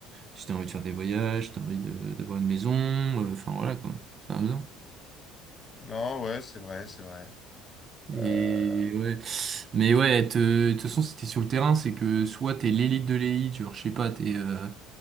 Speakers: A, on the right (about 45°); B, on the left (about 30°).
A: si t'as envie de faire des voyages, si t'as envie de- d'avoir une maison, euh, enfin voilà quoi, t'en as besoin.
B: Non, ouais, c'est vrai, c'est vrai.
A: Et
B: Euh,
A: ouais, mais ouais, te- de toute façon si t'es sur le terrain c'est que soit t'es l'élite de l'élite, genre je sais pas, t'es euh,